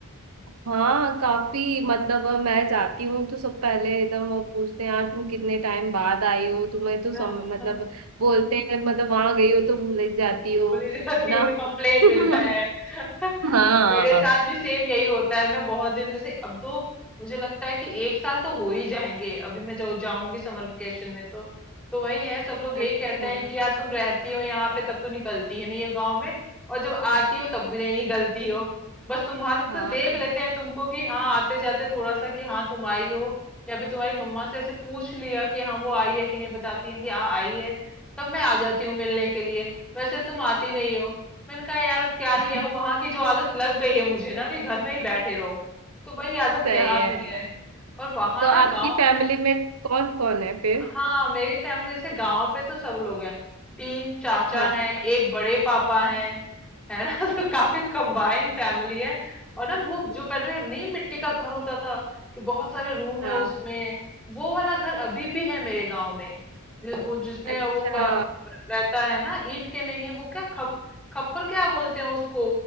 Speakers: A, on the right (about 80°); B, in the centre.
A: हाँ काफी मतलब अ, मैं जाती हूँ तो सब पहले एकदम वो पूछते हैं यार तुम कितने टाइम बाद आई हो तुम्हें
B: <laughs>
A: तो सम, मतलब बोलते हैं मतलब वहां गई हो तो भूल ही जाती हो
B: बोली जाती है
A: ना
B: मुझे कंप्लेन
A: <laughs>
B: मिलता है <laughs>
A: हाँ
B: मेरे साथ भी सेम यही होता है मैं बहुत दिन से अब तो मुझे लगता है कि एक साल तो हो ही जाएंगे अभी मैं जो जाऊंगी समर वेकेशन में तो तो वही है सब लोग
A: अच्छा
B: यही कहते हैं कि यार तुम रहती हो यहाँ पे तब तो निकलती ही नहीं हो गाँव में और जब आती हो तब भी नहीं निकलती हो बस तुम्हारा
A: हाँ
B: तो देख लेते हैं तुमको कि हाँ आते जाते थोड़ा सा कि हाँ तुम आई हो या फिर तुम्हारी मम्मा से ऐसे पूछ लिया कि हाँ वो आई है कि नहीं बताती है कि हाँ आई है तब मैं आ जाती हूँ मिलने के लिए वैसे तुम आती नहीं हो मैंने कहा यार अब क्या
A: <laughs>
B: ही है वहां की जो आदत लग गई है मुझे ना कि घर में ही बैठे रहो तो वही आदत
A: सही
B: यहाँ
A: है
B: भी है और वहां
A: तो
B: ना
A: आपकी
B: गांव
A: फैमिली
B: में
A: में कौन कौन है फिर
B: हाँ मेरी फैमिली जैसे गांव पे तो सब लोग हैं तीन चाचा
A: हाँ
B: हैं एक बड़े पापा हैं है ना <laughs> तो काफी कंबाइन फैमिली है और ना वो जो पहले नहीं मिट्टी का घर होता था कि बहुत सारे रूम
A: हाँ
B: है उसमें वो वाला घर अभी भी है मेरे गांव में जो वो जिसमें
A: अच्छा
B: वो क- रहता है ना ईंट के नहीं वो क्या खप खप्पर क्या बोलते हैं उसको